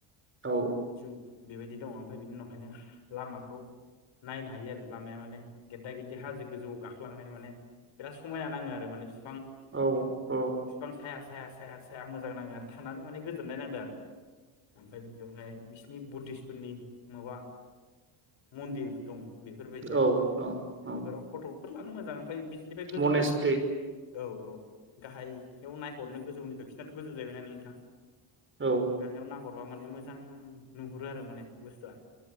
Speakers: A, on the right; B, on the left.
A: औ
B: जु बेबायदि दङ ओमफ्राय बिनि उनावहाय नों लामाखौ नायनो हायो आरो लामाया माने गेददा गेददि हाजो गोजौआव गाखोलांनाय माने बिराद समायना नाङो आरो माने <unintelligible>
A: औ औ
B: बिफां साया साया साया साया मोजां नाङो आरो थानानै माने गोजोननाय नांदों आरो। ओमफ्राय बिदियावहाय बिसिनि बुद्धिस मानसिफोरनि माबा मन्दिर दं बेफोरबायदिया
A: औ औ औ
B: बेफोराव फथकफोर लानो मोजां ओमफ्राय बि निफ्राय गोजौनिफ्राय
A: मनेस्ट्रि
B: माने औ औ गाहाय बेयाव नायहरनो गोजौनिफ्राय बिसोरनाथ गोजौ जाहैबाय नालाय नोंथां
A: औ
B: गाहायाव नाहरबा माने मोजां नुहुरो आरो माने बुसथुआ